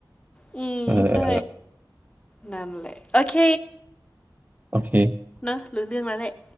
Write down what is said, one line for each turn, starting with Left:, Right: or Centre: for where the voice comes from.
Left: อืมใช่
Right: เออเออ
Left: นั่นแหละ โอเค
Right: โอเค
Left: เนอะรู้เรื่องแล้วแหละ